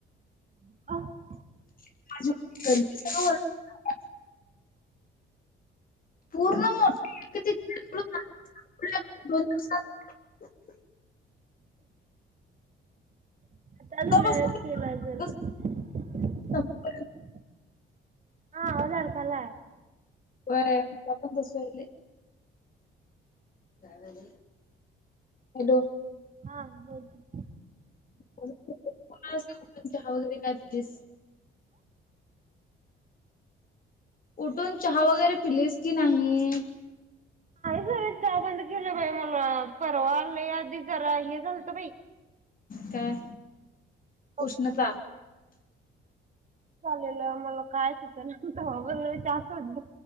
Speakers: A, on the right (about 40°); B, on the left (about 45°).
A: <inaudible>
B: <unintelligible> पूर्ण मोठ <unintelligible> दोन दिवसांत
A: आत्ताच
B: बसतो
A: उन्हाळ्यात केलं असेल?
B: संपेपर्यंत
A: हा आवाज अडकायला.
B: बरण ले हॅलो,
A: हा बोलत
B: उठून चहा वगैरे काय प्लेस, उठून चहा वगैरे पिलीस की नाही.
A: झा चहा बंद केलं बाई मला परवा आले आधी जरा हे झालत बाई
B: काय
A: कफ
B: उष्णता
A: चालेलं मला कायच होत ब अस होट